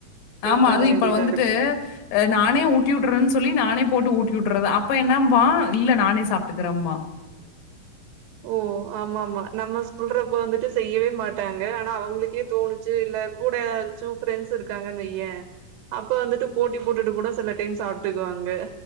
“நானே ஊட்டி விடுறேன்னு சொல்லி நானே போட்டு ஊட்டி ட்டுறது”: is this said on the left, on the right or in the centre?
Left